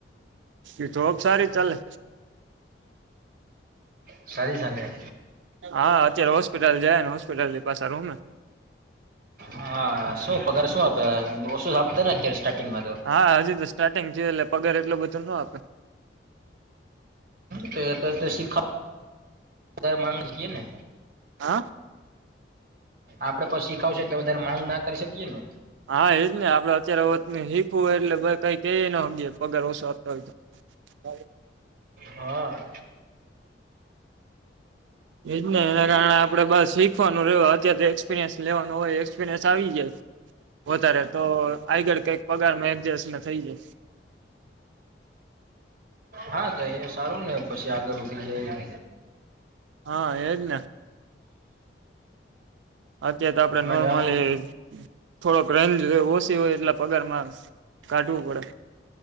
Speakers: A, on the right; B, on the right.
A: તે જોબ સારી ચાલે.
B: સારી ચાલે.
A: હા અત્યારે હોસ્પિટલ જાયને હોસ્પિટલની પાછા રૂમે.
B: હા, શું પગાર શું આપે ઓછું આપતા ખેર સ્ટાર્ટિંગમાં તો?
A: હા, હજુ તો સ્ટાર્ટિંગ છે એટલે પગાર એટલું બધું નો આપે.
B: તો એ તો એ શીખ અત્યારે માંગે છીએ ને.
A: હા
B: આપડે પણ શીખાવ શે વધારે માંગ ના કરી શકીએ ને.
A: હા, એ જ ને આપડે અત્યારે વત શીખવય એટલે કઈ ક ન પગાર ઓછો આપતા હોય તો. <unintelligible>
B: હા.
A: એજ ને એના કારણે આપણે બસ શીખવાનું રહ અત્યારે તો એક્સપિરિયન્સ લેવાનું હોય એક્સપિરિયન્સ આવી જાય. વધારે તો આગળ કઈક પગારમાં એડજસ્ટને થઈ જાય.
B: હા, તો એ સારું ને પછી આગળઉઠી થઈ જાય.
A: હા એજ ને. અત્યારે તો આપડે
B: બાકી
A: નોર્મલી
B: આમ
A: એ થોડોક રેન્જ ઓછી હોય એટલે પગારમાં કાઢવું પડે